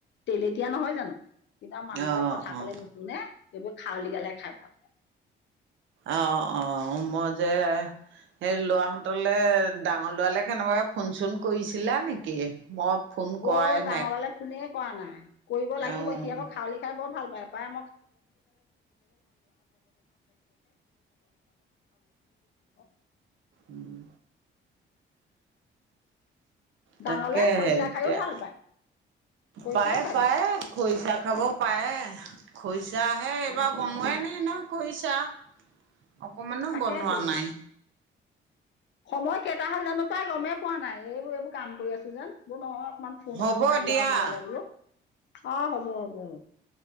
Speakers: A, on the left; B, on the right.
A: তেলতিয়া নহয় জানো কিন্তু আৰু মানুহটোৱে
B: অ
A: কথা কলে
B: অ
A: নুশুনে এইবোৰ খাউলি গালে খাই ভাল
B: আহ অ মই যে সেই ল'ৰাহঁতলে ডাঙৰ ল'ৰালেকে কেনেবাকে ফোন চোন কৰিছিলা নেকি মই ফোন কৰাই
A: অ ডাঙৰ
B: নাই
A: লৰালে ফোনে কৰা নাই কৰিব লাগিব
B: অ'।
A: সি আকৌ খাউলি খাই বৰ ভাল পায় <unintelligible>
B: উম তাকেহে
A: ডাঙৰলৰাই খৰিচা
B: এতিয়া
A: খায়ো ভাল পায় খৰিচাও
B: পায়
A: খাই
B: পায়
A: ভাল
B: খৰিচা খাব পাৰে। খৰিচা হে এইবাৰ
A: অ'
B: বনোৱাই নাই নহয় খৰিচা খৰিচা অকমানো
A: তাকেতো
B: বনোৱা নাই।
A: সময় কেইটা হল জানো প্ৰায় গমেই পোৱা নাই। এইবোৰ এইবোৰ কাম কৰি আছো যেন বোৰ নহয় অকমান ফোন
B: হ'ব
A: অকণ মাৰি
B: দিয়া।
A: লওঁ আপোনালে বোলো অ হ'ব হ'ব